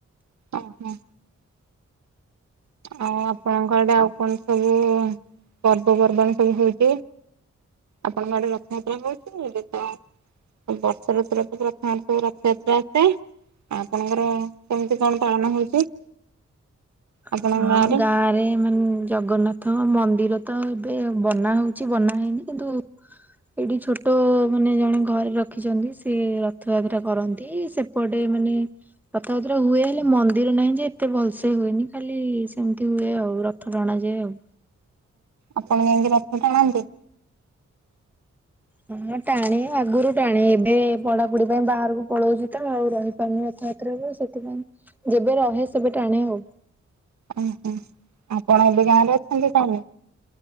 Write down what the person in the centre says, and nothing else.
ହଁ,
ଗାଁ ରେ ମାନେ ଜଗନ୍ନାଥ। ହଁ ମନ୍ଦିର ତ ଏବେ ବନା ହଉଛି ବନା ହେଇନି କିନ୍ତୁ ଏଠି ଛୋଟ ମାନେ ଜଣେ ଘରେ ରଖିଛନ୍ତି ସେ ରଥଯାତ୍ରା କରନ୍ତି। ସେପଟେ ମାନେ ରଥଯାତ୍ରା ହୁଏ ହେଲେ ମନ୍ଦିର ନାହିଁ ଯେ ଏତେ ଭଲସେ ହୁଏନି ଖାଲି ଖାଲି ସେମିତି ହୁଏ ଆଉ, ରଥ ଟଣାଯାଏ ଆଉ।
ହଁ ମୁଁ ଟାଣେ ଆଗରୁ ଟାଣେ, ଏବେ ପଢାପଢି ପାଇଁ ବାହାରକୁ ପଳଉଛି ତ ମୁଁ ଆଉ ରହିପାରୁନି ଏ ରଥଯାତ୍ରାକୁ ସେଥିପାଇଁ ଯେବେ ରହେ, ସେବେ ଟାଣେ ଆଉ।